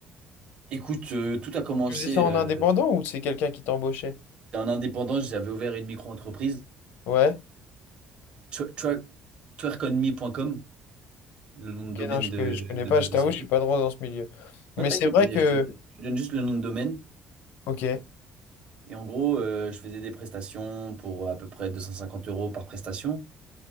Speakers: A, on the right (about 35°); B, on the left (about 80°).
A: Écoute, euh, tout a commencé
B: Tu faisais ça en
A: euh,
B: indépendant ou c'est quelqu'un qui t'embauchait?
A: en indépendance. J'avais ouvert une micro-entreprise,
B: Ouais,
A: twer- twer- twerkonme.com, le nom
B: ok,
A: de domaine
B: non, je,
A: de,
B: je connais
A: de
B: pas,
A: ma
B: je
A: société.
B: t'avoue, je suis pas trop dans ce milieu. Mais
A: Ouais, t'inquiète,
B: c'est vrai
A: mais
B: que,
A: je te, je te donne juste le nom de domaine.
B: ok,
A: Et en gros, euh, je faisais des prestations pour à peu près 250 euros par prestation,